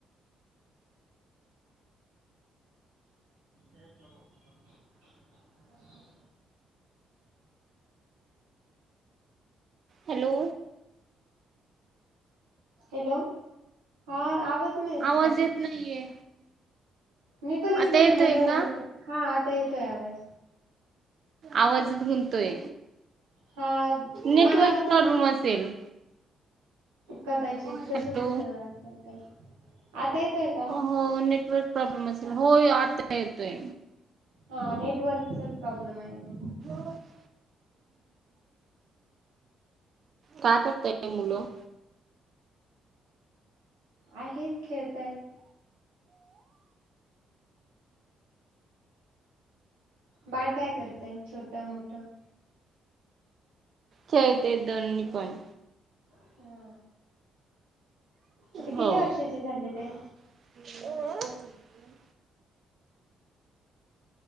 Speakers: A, on the right; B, on the right.
A: <unintelligible>
B: हॅलो.
A: हॅलो हा आवाज नाही
B: आवाज
A: ताई
B: येत नाहीये.
A: मी पण इकडून
B: आता येतोय
A: हॅलो
B: का
A: हलो कर हा आता येतोय आवाज.
B: आवाजच गुंततोय
A: हा
B: नेटवर्क
A: मला पूर्ण
B: प्रॉब्लम तील
A: कदाचित
B: हॅलो.
A: तसंच असेल काही आता येतय का?
B: हो नेटवर्क प्रॉब्लेम असेल हो आता येतोय
A: हा नेटवर्कचा प्रॉब्लेम आहे बहुतेक
B: <unintelligible> का करताय मुलं
A: आहेत खेळतायत. बाळ काय करतय छोट मोठं.
B: खेळते दोन्ही पण.
A: हा आता
B: हो
A: किती वर्षाचे झाले ते?
B: <unintelligible>